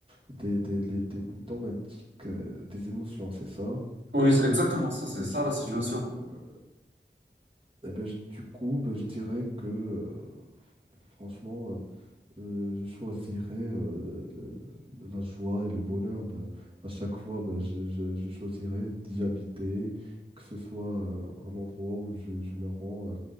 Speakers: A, on the right (about 30°); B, on the right (about 80°).
A: des, des, les- des boutons m'indiquent euh, des émotions, c'est ça?
B: Oui, c'est exactement ça,
A: Eh
B: c'est
A: ben,
B: ça
A: du
B: la
A: coup,
B: situation.
A: euh, eh ben, je- du coup, bah, je dirais que, euh, franchement, euh, Euh, je choisirais euh, le- le- la joie et le bonheur. ben. à chaque fois, ben, je, je- je choisirais d'y habiter, que ce soit euh, un endroit où je, je me rends euh,